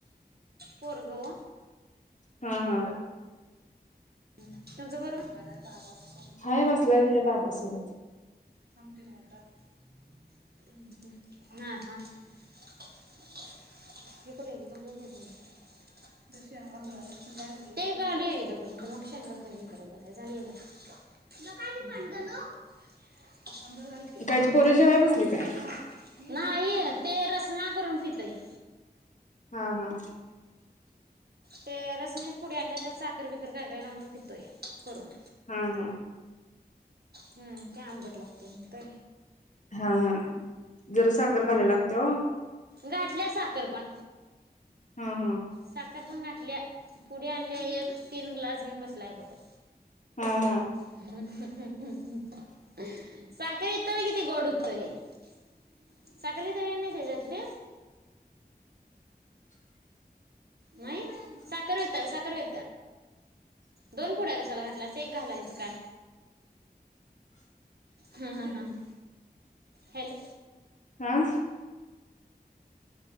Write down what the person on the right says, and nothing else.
पोरग व.
<unintelligible>
की निवांत.
<unintelligible> <unintelligible> नाहीयेत.
ते रसना करून पितंय <inaudible>
ते रसण्याच्या पुड्या आणल्या त्यात साखर बी काय काय घालूयन पितोय करून
हं! काय आंबट लागतय म्हणतय.
घातल्या साखर पण.
साखर पण गाठल्या पुढे आणल्या एक तीन ग्लास घेऊन बसलाय बोटात.
<unintelligible> हुं हुं! <unintelligible> साखर वितळी नाय त्याच्यातली? नाय साखर वितल साखर वि दोन पुड्या कशाला घातल्यास एक घालायच काय हं हं हॅलो.